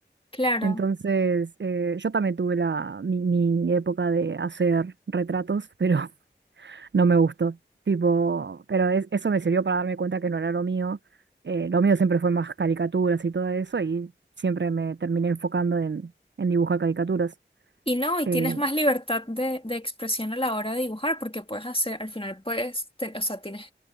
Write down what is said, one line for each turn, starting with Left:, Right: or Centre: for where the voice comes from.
Left: Claro.
Right: Entonces, eh, yo también tuve la, mi, mi época de hacer retratos, pero <laughs> no me gustó. Tipo, pero es- eso me sirvió para darme cuenta que no era lo mío. Eh, lo mío siempre fue más caricaturas y todo eso, y siempre me terminé enfocando en, en dibujar caricaturas.
Left: Y no, y
Right: Eh,
Left: tienes más libertad de, de expresión a la hora de dibujar, porque puedes hacer, al final puedes, te- o sea, tienes,